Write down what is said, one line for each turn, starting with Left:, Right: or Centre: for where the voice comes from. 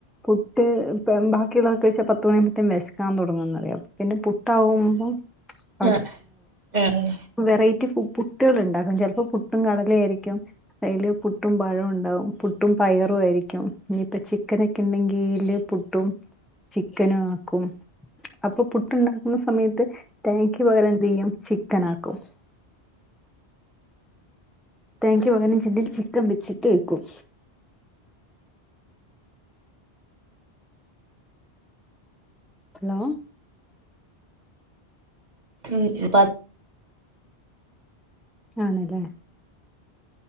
Centre: പുട്ട് ബാക്കിയുള്ളതോക്കെെച്ച പത്ത് മണിയുമ്പത്തേും വിശക്കാൻ തുടങ്ങന്നറിയാം പിന്നെ പുട്ടാവുമ്പോം <inaudible>
Right: ആഹ് ആഹ്
Centre: വെറൈറ്റി ഫു പുട്ടുകൾ ഉണ്ടാക്കും ചിലപ്പോ പുട്ടും കടലായായിരിക്കും അയില് പുട്ടും പഴം ഉണ്ടാവും പുട്ടും പയറുമായിരിക്കും ഇനിപ്പം ചിക്കനൊക്കെ ഇണ്ടെങ്കില് പു പുട്ടും ചിക്കനും ആക്കും അപ്പൊ പു പുട്ട് ഇണ്ടാക്കുന്ന സമയത്ത് തേങ ക്ക് പകരം എന്തയും ചിക്കൻ ആക്കും തേങ്ങയ്ക്ക് പകരം ചെന്ത ചിക്കൻ വെച്ചിട്ട് വെക്കും ഹലോ
Right: ഉം പ
Centre: ആണ് ലെ